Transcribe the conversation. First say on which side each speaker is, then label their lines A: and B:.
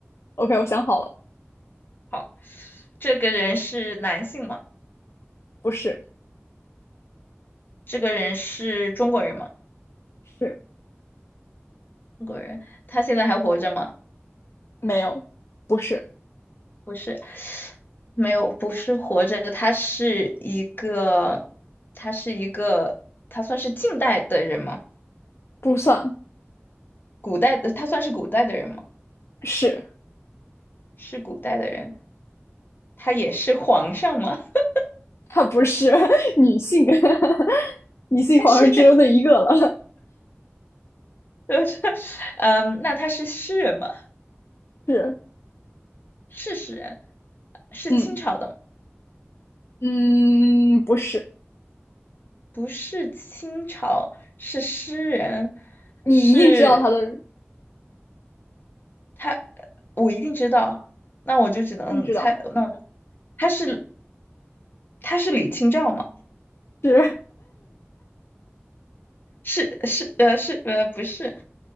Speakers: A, on the left; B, on the left.
A: ，OK，我想好了，
B: 好。这个人是男性吗？
A: 不是，
B: 这个人是中国人吗？
A: 是
B: 中国人，他现在还活着吗？
A: 没有，不是，
B: 不是，没有，不是活着，他是一个，他是一个，他算是近代的人吗？
A: 不算
B: 古代的，他算是古代的人吗？
A: 是，
B: 是古代的人，他也是皇上吗？<laughs>
A: 他不是 <laughs> 女性，<laughs> 女性皇上只有那一个了，
B: 他是，<laughs> 嗯，那他是诗人吗？
A: <laughs> 是，
B: 是诗人，是清朝的吗
A: 嗯嗯，不是，
B: 不是清朝，是诗人，
A: 你一定知道他的，
B: 是他，我一定知道。那我就只能猜，
A: 一定知道，
B: 那我就他是他是李清照吗？
A: 是
B: 是是呃是呃不是